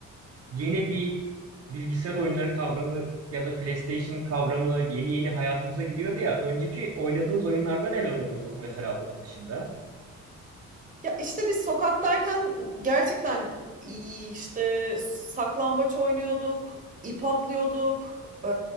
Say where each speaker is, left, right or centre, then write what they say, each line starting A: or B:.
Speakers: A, on the right; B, on the right.
A: yeni bir bilgisayar oyunları kavramı ya da PlayStation kavramı yeni yeni hayatımıza giriyordu ya. Önceki oynadığınız oyunlarda neler oynuyordunuz mesela onun dışında?
B: Ya işte biz sokaktayken gerçekten iyi işte saklambaç oynuyorduk, ip atlıyorduk. Ee,